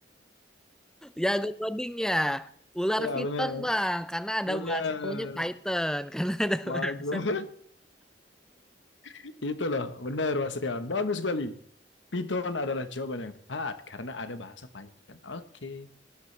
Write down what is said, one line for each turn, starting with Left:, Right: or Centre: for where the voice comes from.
Centre: Jago coding ya. Ular
Left: Ya,
Centre: Python
Left: bener.
Centre: bang, karena ada
Left: Bener.
Centre: bahasa namanya Python, <laughs> karena ada
Left: Bagus.
Centre: bahasa.
Left: <laughs> Itu loh, bener Mas Rian. Bagus sekali. Python adalah jawaban yang tepat karena ada bahasa Python. Oke.